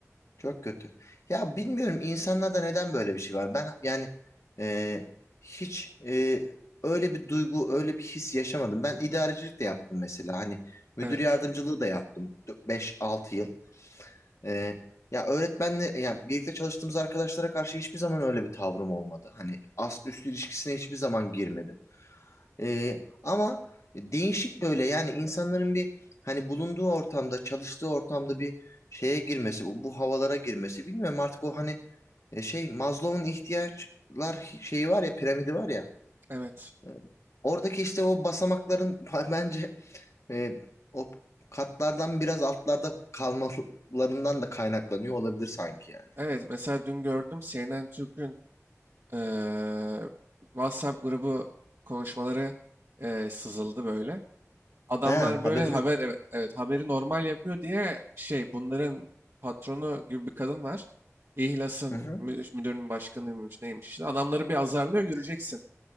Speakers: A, on the left; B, on the right.
A: çok kötü. Ya bilmiyorum insanlarda neden böyle bir şey var. Ben yani e, hiç e, öyle bir duygu, öyle bir his yaşamadım. Ben idarecilik de yaptım mesela. Hani müdür
B: Evet.
A: yardımcılığı da yaptım beş altı yıl. E, ya öğretmenle ya birlikte çalıştığımız arkadaşlara karşı hiçbir zaman öyle bir tavrım olmadı. Hani ast üst ilişkisine hiçbir zaman girmedim. Ee, ama değişik böyle yani insanların bir hani bulunduğu ortamda, çalıştığı ortamda bir şeye girmesi, bu, bu havalara girmesi bilmiyorum artık o hani e, şey Maslow'un ihtiyaçlar şeyi var ya, piramidi var ya.
B: Evet.
A: e, Oradaki işte o basamakların <laughs> bence e, o katlardan biraz altlarda kalmalarından da kaynaklanıyor olabilir sanki yani.
B: Evet. Mesela dün gördüm CNN Türk'ün eee, WhatsApp grubu konuşmaları eee, sızıldı böyle. Adamlar
A: ha
B: böyle
A: haberim
B: haber
A: yok.
B: evet evet haberi normal yapıyor diye şey bunların patronu gibi bir kadın var. İhlas'ın
A: Hı hı.
B: mü- müdürünün başkanıymış neymiş işte. Adamları bir azarlıyor göreceksin.